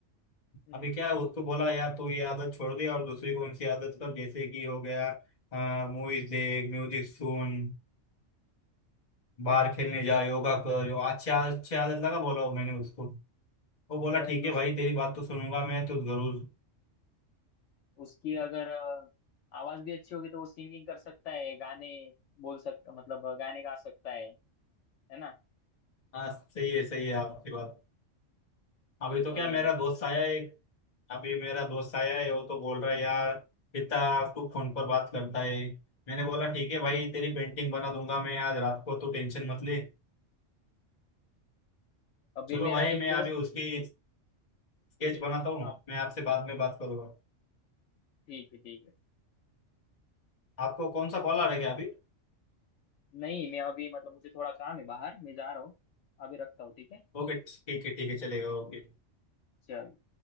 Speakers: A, on the left; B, on the left.
A: हम्म,
B: अभी क्या है उसको बोला यार तू ये आदत छोड़ दे और दूसरी कौन सी आदत कर जैसे कि हो गया मूवीज देख म्यूजिक सुन बाहर खेलने जा योगा कर यो अच्छा अच्छी आदत लगा बोला वो मैंने उसको वो बोला
A: वही
B: ठीक है भाई
A: उस
B: तेरी बात तो सुनूंगा मैं तो जरूर
A: उसकी अगर अ, आवाज भी अच्छी होगी तो वो सिंगिंग कर सकता है गाने बोल सकता मतलब गाने गा सकता है है ना
B: हाँ सही है सही है आपकी बात अभी तो
A: वही
B: क्या मेरा दोस्त आया है अभी मेरा दोस्त आया है वो तो बोल रहा है यार पिता तू फोन पर बात करता है मैंने बोला ठीक है भाई तेरी पेंटिंग बना दूंगा मैं आज रात को तू टेंशन मत ले
A: अभी
B: चलो
A: मेरा
B: भाई
A: एक
B: मैं
A: दोस्त
B: अभी उसकी स्केच बनाता हूँ
A: हाँ
B: मैं आपसे बाद में बात करूंगा
A: ठीक है ठीक है
B: आपको कौन सा कॉल आ रहा है क्या अभी
A: नहीं मैं अभी मतलब मुझे थोड़ा काम है बाहर मैं जा रहा हूँ अभी रखता हूँ ठीक है
B: ओके ठीक है ठीक है चलेगा ओके
A: चलो